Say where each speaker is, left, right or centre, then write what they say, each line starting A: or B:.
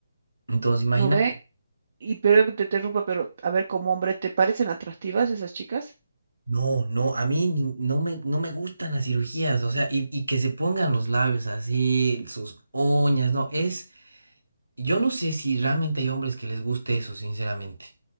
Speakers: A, on the right (about 85°); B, on the right (about 50°).
A: Entonces, imagina,
B: ¿No ve? Y pero que te interrumpa, pero a ver, como hombre, ¿te parecen atractivas esas chicas?
A: no, no, a mí ni- no me, no me gustan las cirugías, o sea, y, y que se pongan los labios así, sus uñas, no, es, yo no sé si realmente hay hombres que les guste eso, sinceramente.